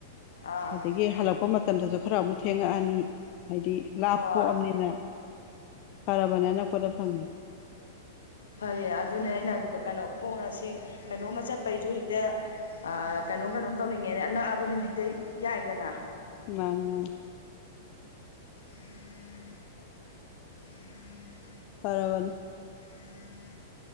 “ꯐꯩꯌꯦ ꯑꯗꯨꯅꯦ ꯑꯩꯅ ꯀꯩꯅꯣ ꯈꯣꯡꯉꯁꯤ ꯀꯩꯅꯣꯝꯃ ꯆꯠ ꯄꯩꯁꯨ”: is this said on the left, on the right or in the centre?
Left